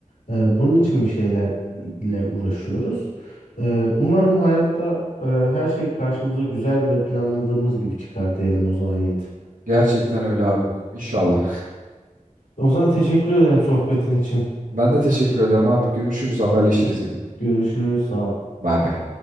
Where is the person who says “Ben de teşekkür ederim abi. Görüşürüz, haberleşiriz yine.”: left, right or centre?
Right